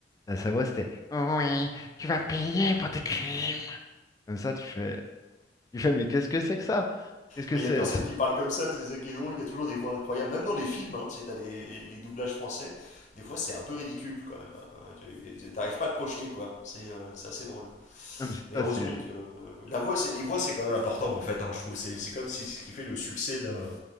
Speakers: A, on the left; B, on the left.
A: Là, sa voix, c'était. Oui, tu vas payer pour tes crimes. Comme ça, tu fais. Tu fais, mais qu'est-ce que c'est que ça? Qu'est-ce que
B: Bon, Il
A: c'est?
B: y a personne
A: c'est-
B: qui parle comme ça, c'est ça qui est drôle. Il y a toujours des voix incroyables. Même dans les films, hein, tu sais, t'as des, les doublages français. Des fois, c'est un peu ridicule, quand même. Euh, tu- T'arrives pas à te projeter, quoi. C'est euh, c'est assez drôle.
A: Non, mais c'est
B: Mais
A: ça,
B: heureusement
A: c'est.
B: que la voix, c'est les voix, c'est quand même important en fait. hein, je trouve c'est c'est comme si ce qui fait le succès d'un-